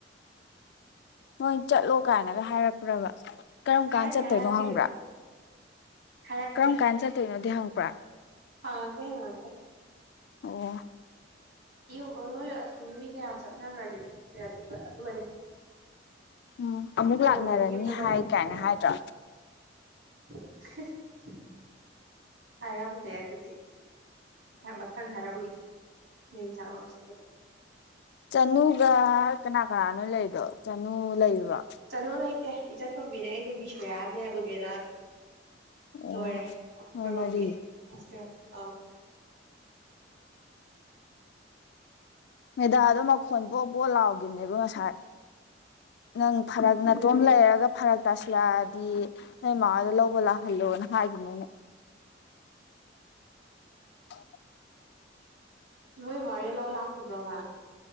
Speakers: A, on the left; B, on the right.
A: ꯍꯣꯏ ꯆꯠꯂꯣ ꯀꯥꯏꯅꯒ ꯍꯥꯏꯔꯛꯄ꯭ꯔꯕ ꯀꯔꯝ
B: ꯍꯥꯏꯔꯛꯇꯦ
A: ꯀꯥꯟꯗ ꯆꯠꯇꯣꯏꯅꯣ
B: ꯍꯥꯏꯔꯛꯇꯦ
A: ꯍꯪꯕ꯭ꯔꯥ
B: ꯑꯗꯨꯗꯤ ꯍꯥꯏꯔꯛꯇꯦ
A: ꯀꯔꯝ ꯀꯥꯟꯗ ꯆꯠꯇꯣꯏꯅꯣꯗꯤ ꯍꯪꯕ꯭ꯔꯥ
B: ꯍꯪꯉꯛꯇꯦ ꯍꯪꯉꯛꯇꯦ
A: ꯑꯣ
B: ꯍ ꯍꯣꯏ ꯑꯁꯣꯝꯒꯤ ꯃꯤ ꯀꯌꯥꯝ ꯆꯠꯅꯈꯔꯒꯦ ꯈꯪꯗꯦ ꯑꯗꯨꯒꯗꯤ
A: ꯎꯝ ꯑꯃꯨꯛ
B: ꯅꯣꯏꯔꯣꯝꯒꯤ
A: ꯂꯥꯛꯅꯔꯅꯤ
B: ꯃꯤ ꯑꯝꯇ
A: ꯍꯥꯏ
B: ꯂꯩꯍꯧꯗ꯭ꯔꯦ
A: ꯀꯥꯏꯅ ꯍꯥꯏꯗ꯭ꯔꯣ
B: <unintelligible> ꯍꯥꯏꯔꯝꯗꯦ ꯑꯗꯨꯗꯤ ꯍꯣꯏ ꯃꯊꯪ ꯍꯥꯏꯔꯝꯒꯦ ꯍꯌꯦꯡ ꯆꯥꯛꯂꯥꯝ ꯆꯠꯄꯗ
A: ꯆꯅꯨꯒꯥ ꯀꯅꯥ ꯀꯅꯥꯅꯣ ꯂꯩꯗꯣ ꯆꯅꯨ ꯂꯩꯔꯤꯕꯣ
B: ꯆꯅꯨ ꯂꯩꯇꯦ ꯏꯆꯟꯇꯣꯝꯕꯤꯅꯦ ꯑꯩꯅꯦ ꯕꯤꯁꯣꯌꯥꯅꯦ ꯎꯅꯦꯂꯥꯅꯦ
A: ꯑꯣ
B: ꯂꯣꯏꯔꯦ ꯑꯩꯈꯣꯏꯔꯣꯝꯒꯤ
A: ꯅꯣꯏ ꯃꯔꯤ
B: ꯍꯣꯁꯇꯦꯜ ꯑꯥ
A: ꯃꯦꯗꯥꯗꯣ ꯃꯈꯣꯟ ꯕꯣꯕꯣ ꯂꯥꯎꯈꯤꯕꯅꯦꯕ ꯉꯁꯥꯏ ꯅꯪ ꯐꯔꯛ ꯅꯥꯇꯣꯝ
B: ꯎꯝ
A: ꯂꯩꯔꯒ ꯐꯔꯛ ꯇꯁꯜꯂꯥꯛꯗꯤ ꯅꯣꯏ ꯃꯥꯍꯣꯏꯗ ꯂꯧꯕ ꯂꯥꯛꯍꯜꯂꯣꯅ ꯍꯥꯏꯕꯅꯦ ꯑꯩꯅꯥ ꯑꯣ
B: ꯃꯣꯏ ꯃꯥꯍꯣꯏꯅ ꯂꯧꯕ ꯂꯥꯛꯈꯤꯕ꯭ꯔꯣ ꯃꯥ